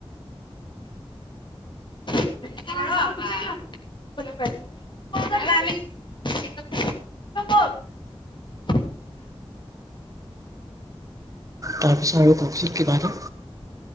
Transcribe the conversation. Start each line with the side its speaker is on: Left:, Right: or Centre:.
Left: শ পাইছত <unintelligible>
Right: তাৰপিছত আৰু ক চীত কি বা এটা